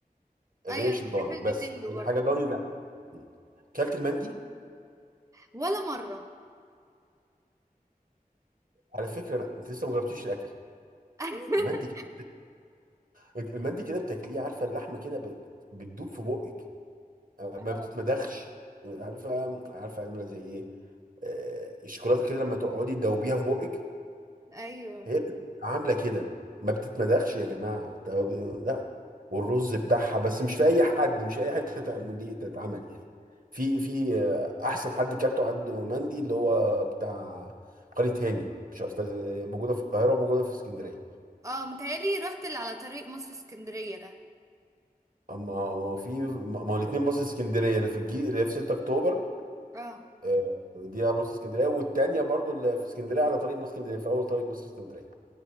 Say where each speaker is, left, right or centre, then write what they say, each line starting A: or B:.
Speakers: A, on the right; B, on the right.
A: الريش
B: ايوه انا
A: الضاني
B: بحب البتنجو
A: بس اي
B: برضو
A: حاجه ضاني لا مم. كلت المندي
B: ولا مره
A: على فكره لا انت لسه ما جربتيش الاكل
B: <laughs>
A: المندي كده المندي كده بتاكليه عارفه اللحمه كده ب- ب- بتدوب في بقك آه،
B: اه
A: ما بتتمدخش عارفه عارفه عامله زي ايه آه، الشوكولاته كده لما تقعدي تدوبيها في بقك
B: ايوه
A: هي بتبقى عامله كده ما بتتمدخش يا جماعه بتقعدي- لا والرز بتاعها بس مش في اي حد مش اي حته تعمل دي تتعمل يعني في في آه، احسن حد كلته عنده مندي اللي هو بتاع قرية هاني مش عارف تا- موجوده في القاهره وموجوده في اسكندريه
B: اه متهيألي رحت اللي على طريق مصر اسكندريه ده
A: اما ما في ما ما هو الاثنين مصر اسكندريه اللي في الجي اللي في 6 اكتوبر
B: اه
A: آه، دي على مصر اسكندريه والتانيه برضو اللي في اسكندريه على طريق مصر اسكندريه في اول طريق مصر اسكندريه